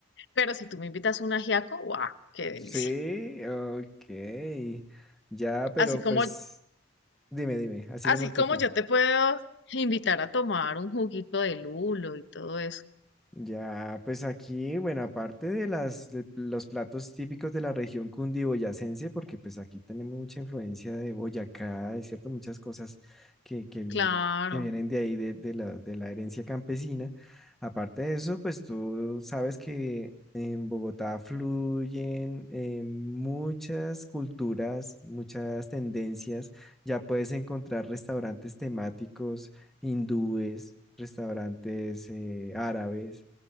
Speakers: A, on the left; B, in the centre.
A: Pero si tú me invitas un ajiaco, ¡guau! ¡Qué delicia!
B: Sí, ok. Ya, pero
A: Así como,
B: pues dime, dime, así
A: así
B: como tú
A: como
B: que.
A: yo te puedo invitar a tomar un juguito de lulo y todo eso.
B: Ya, pues aquí, bueno, aparte de las, de los platos típicos de la región cundiboyacense, porque pues aquí tenemos mucha influencia de Boyacá, es cierto, muchas cosas que, que, vienen,
A: Claro,
B: que vienen de ahí, de, de la, de la herencia campesina. Aparte de eso, pues tú sabes que en Bogotá fluyen eh, muchas culturas, muchas tendencias. Ya puedes encontrar restaurantes temáticos hindúes, restaurantes eh, árabes